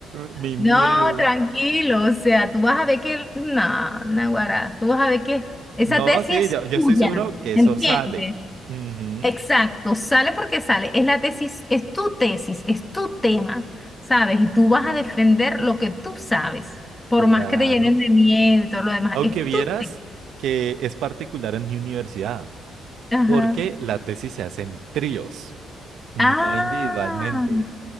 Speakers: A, on the right; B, on the left.
A: Mi
B: No,
A: miedo.
B: tranquilo, o sea, tú vas a ver que, no, Naguará, tú vas a ver que esa
A: No,
B: tesis
A: sí,
B: es
A: yo, yo
B: tuya,
A: estoy seguro que
B: ¿entiendes?
A: eso sale. Ujú,
B: Exacto, sale porque sale, es la tesis, es tu tesis, es tu tema, ¿sabes? Y tú vas a defender lo que tú sabes, por
A: claro.
B: más que te llenen de miedo y todo lo demás,
A: Aunque
B: es
A: vieras
B: tu tesis.
A: que es particular en mi universidad,
B: Ajá.
A: porque la tesis se hace en tríos, no
B: Ah,
A: individualmente,